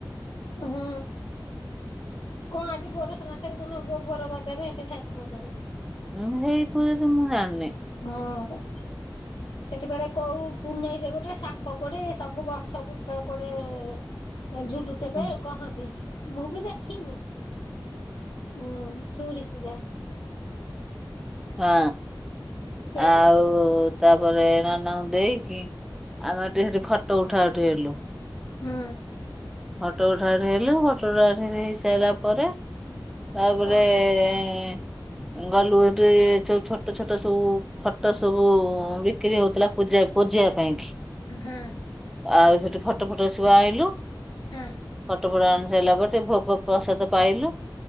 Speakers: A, on the left; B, in the centre.
A: ହୁଁ। କଣ ଆଜି ଗୋରେଖେ ନାଥରେ କଣ ଗୋବୋର ଗଦାରେ ସେ ଠାକୁର କୁଆଡେ
B: ଉଁ ହେଇଥିବ ଯଦି ମୁ ଜାଣିନି।
A: ଓହୋ। ସେଠି କୁଆଡେ କୋଉ ପୁନେଇରେ ଗୋଟେ ସାପ କୁଆଡେ ସବୁ ଗଛ ବୁଛ କୁଆଡେ ଏ ଝୁଲୁଥିବେ
B: ହଁ
A: କହନ୍ତି ମୁଁ ବି ଦେଖିନି। ହୁଁ ଶୁଣିଛି ଯା
B: ହଁ
A: ସେଇଠୁ
B: ଆଉ ତାପରେ ନନାଙ୍କୁ ଦେଇକି ଆମେ <unintelligible> ଫଟୋ ଉଠା ଉଠି ହେଲୁ।
A: ହୁଁ।
B: ଫଟୋ ଉଠାଉଠି ହେଲୁ ଫଟୋ ଉଠାଉଠି ହେଇ ସାରିଲା ପରେ ତାପରେ
A: କଣ ପାଇଁ
B: ଏ ଏ ଏ ଗଲୁ ଏଠି ସ ଛୋଟ ଛୋଟ ସବୁ ଫଟୋ ସବୁ ଭି ବିକ୍ରି ହଉଥିଲା ପୂଜା ପୂଜେଇବା ପାଇଁକି
A: ହଁ
B: ଆଉ ସେଠୁ ଫଟୋ ଫଟ ସବୁ ଆଣିଲୁ।
A: ହୁଁ।
B: ଫଟୋ ଫଟ ଆଣି ସାରିଲା ପରେ ଟିକେ ଭୋଗ ପ୍ରସାଦ ପାଇଲୁ